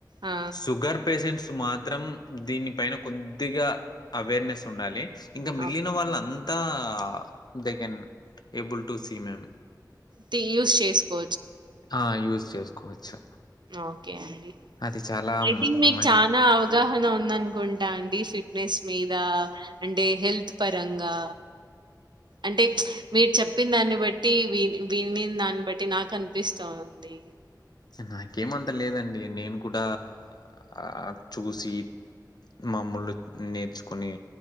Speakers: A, on the right; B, on the left.
A: ఆ!
B: షుగర్ పేషెంట్స్ మాత్రం దీనిపైన కొద్దిగా అవేర్నెస్ ఉండాలి ఇంకా మిగిలిన
A: ఓకే.
B: వాళ్ళ అంతా they can able to see ma'am
A: the use చేసుకో
B: ఆ యూజ్ చేసుకోవచ్చు
A: ఓకే అండి
B: అది చాలా
A: ఐథింక్ మీకు
B: మం
A: చనా అవగాహన ఉందనుకుంటే టా అండి ఫిట్నెస్ మీద అంటే హెల్త్ పరంగా అంటే మీరు చెప్పిన దాన్ని బట్టి వి విని దాన్ని బట్టి నాకు అనిపిస్తా ఉంది
B: నాకేమంతా లేదండి నేను కూడా ఆ చూసి మామూలు నేర్చుకుని